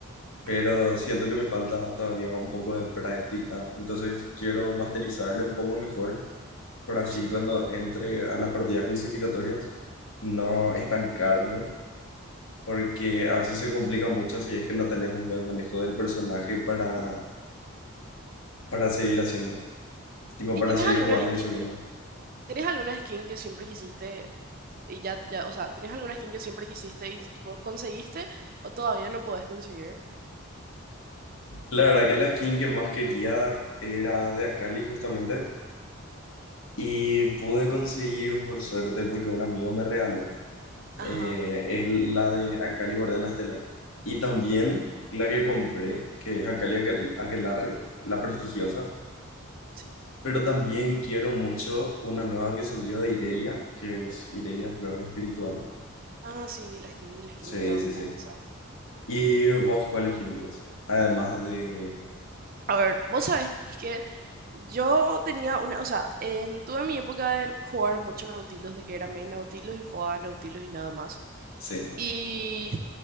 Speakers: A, on the left; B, on the right.
A: pero
B: ajá,
A: siento que me falta todavía un poco de práctica. Entonces quiero masterizarle un poco mejor para así
B: sí.
A: cuando entre a las partidas clasificatorias no estancarme porque a veces se complica mucho si es que no tenés un buen manejo del personaje para, para seguir haciendo, tipo
B: ¿Y
A: para
B: tenés
A: seguir
B: alguna
A: jugando
B: skin,
A: y subiendo.
B: tenés alguna skin que siempre quisiste y ya, ya, o sea, tenés alguna skin que siempre quisiste y tipo conseguiste o todavía no podés conseguir?
A: La verdad que la skin que más quería era de Akali justamente y pude conseguir por suerte porque un amigo me regaló. Eh,
B: Ajá,
A: es la de Akali Guardiana Estelar y también la que compré, que es Akali Aquel- Aquelarre, la prestigiosa.
B: sí.
A: Pero también quiero mucho una nueva que salió de Irelia, que es Irelia Flor Espiritual
B: Ah, sí, vi la skin, vi la
A: Sí,
B: skin, está hermosa.
A: sí, sí. ¿Y vos cuál es que inglés? Además de...
B: A ver, vos sabés que yo tenía una, o sea, en, tuve mi época de jugar mucho Nautilus, de que era main Nautilus y jugaba Nautilus y nada más.
A: Sí.
B: Y